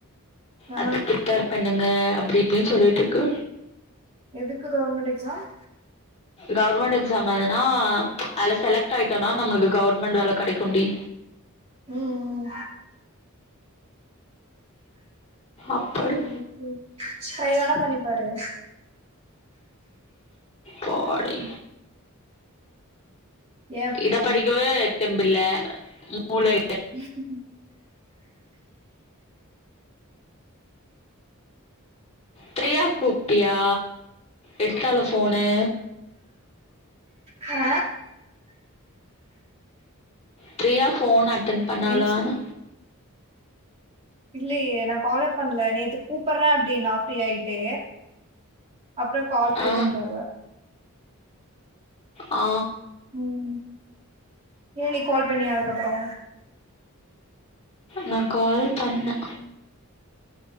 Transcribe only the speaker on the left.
அதுக்கு ப்ரிப்பேர் பண்ணுங்க அப்டி இப்டின் சொல்லிட்ருக்கு
கவுர்மெண்ட் எக்ஸாம் எழ்த்ன்னா அல்ல செலக்ட் ஆயிட்டோனா நம்மளுக்கு கவுர்மெண்ட் வேல கெடைக்குண்டி
அப்பாடி
போடி
இத
படிக்கவே தெம்பில்ல மூளை
ப்ரியா கூப்டியா எடுத்தாலா ஃபோனு
ப்ரியா ஃபோன் அட்டன் பண்ணலானு
ஆ
ஆ
நா கால் பண்ண